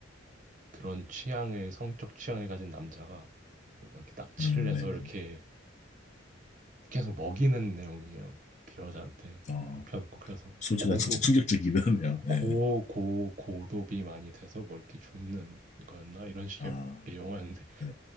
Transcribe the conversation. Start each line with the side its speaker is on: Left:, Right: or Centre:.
Right: 그런 취향을, 성적 취향을 가진 남자가 뭐 이렇게 납치를
Left: 음,
Right: 해서
Left: 네네네.
Right: 이렇게 계속 먹이는 내용이에요. 그 여자한테
Left: 어,
Right: 눕혀놓고. 그래서
Left: 소재가
Right: 고도,
Left: 진짜 충격적이긴 하네요. 네.
Right: 고, 고, 고도비 많이 돼서 뭐 이렇게 죽는 거였나? 이런 식의
Left: 아,
Right: 영화였는데.
Left: 네.